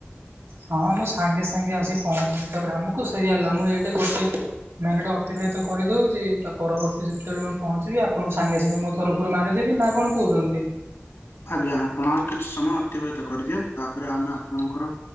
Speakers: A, on the right (about 85°); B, on the left (about 80°).
A: ହଁ ମୁଁ ସାଙ୍ଗେ ସାଙ୍ଗେ ଆସି ପହଞ୍ଚିଲି ତ ଗ୍ରାମକୁ ସେଇଆ ହେଲା ମୁଁ ଏଇଠି ଗୋଟେ ମାଇଣ୍ଡଟା ଅତିବାହିତ କରିଦେଉଚି ବା ପରବର୍ତ୍ତୀ ଯେତେବେଳେ ମୁଁ ପହଞ୍ଚିବି ଆପଣଙ୍କ ସାଙ୍ଗେ ସାଙ୍ଗେ ମୋ କରୁ କରୁ ମାରିଦେବି ନା କଣ କହୁଛନ୍ତି?
B: ଆଜ୍ଞା ଆପଣ ଆଉ କିଛି ସମୟ ଅତିବାହିତ କରିଦିଅ ତାପରେ ଆମେ ଆପଣଙ୍କର